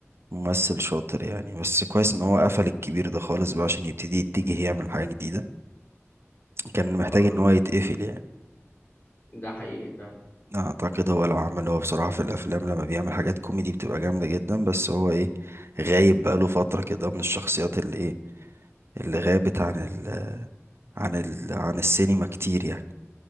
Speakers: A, on the right; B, on the left.
A: ممثل شاطر يعني بس كويس ان هو قفل الكبير ده خالص بقى عشان يبتدي يتجه يعمل حاجة جديدة كان محتاج
B: اه
A: ان هو يتقفل يعني
B: ده حقيقي فعلا
A: اعتقد هو لو عمل هو بصراحة في الافلام لما بيعمل حاجات كوميدي بتبقى جامدة جدا بس هو ايه غايب بقاله فترة كده من الشخصيات اللي ايه اللي غابت عن ال عن ال عن السينما كتير يعني